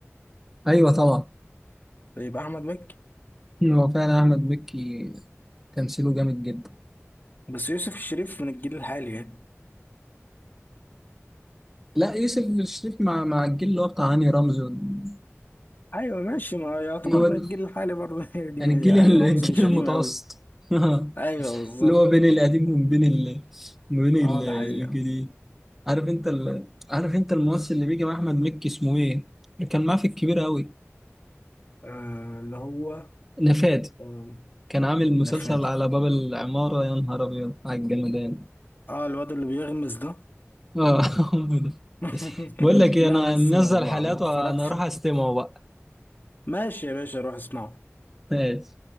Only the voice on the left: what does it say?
يبقى احمد مكي
بس يوسف الشريف من الجيل الحالي يعني
ايوه ماشي ما يعتبر
من
الجيل
الحالي برضه <laughs> يعني
يعني
رمز
مش قديم
قوي
ايوه بالظبط
اه ده حقيقة
آه اللي هو
آه
نفاد
اه الواد اللي بيغمز ده
<laughs>
لا
بس
ما
ما اتفرجتش
ماشي يا باشا روح اسمعه